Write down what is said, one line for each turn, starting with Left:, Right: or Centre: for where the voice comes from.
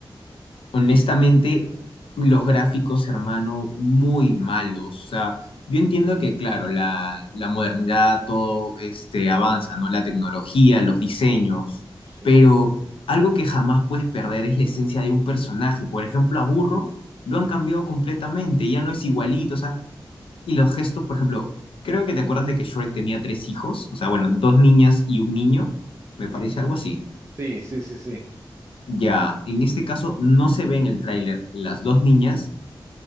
Left: Honestamente,
Right: No,
Left: los gráficos, hermano, muy malos. O sea, yo entiendo que, claro, la, la modernidad, todo este avanza, ¿no? La tecnología, los diseños,
Right: sí.
Left: pero algo que jamás puedes perder es la esencia de un personaje. Por ejemplo, a Burro lo han cambiado completamente, ya no es igualito, o sea, y los gestos, por ejemplo, creo que te acuerdas de que Shrek tenía tres hijos, o sea, bueno, dos niñas y un niño, me parece algo así.
Right: Sí, sí, sí, sí.
Left: Ya, en este caso no se ve en el tráiler las dos niñas